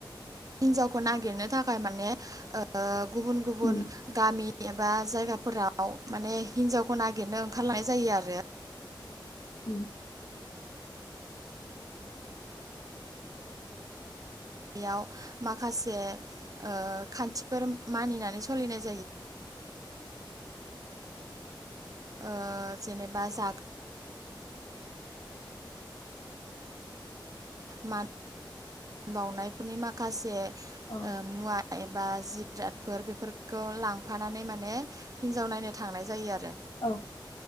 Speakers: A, on the right (about 45°); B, on the left (about 70°).
A: हिन्जावखौ नागिरनो थाखाय माने ओ गुबुन गुबुन
B: उम
A: गामि एबा जायगाफोराव माने हिन्जावखौ नागिरनो ओंखारलांनाय जायो आरो।
B: उम्म
A: बेयाव माखासे ओ खान्थिफोर मानिनानै सोलिनाय जायो। ओ जेनेबा जाग मा बावनायफोरनि माखासे
B: औ
A: ओ मुवा एबा जिरादफोर बेफोरखौ लांफानानै माने हिन्जाव नायनो थांनाय जायो आरो।
B: औ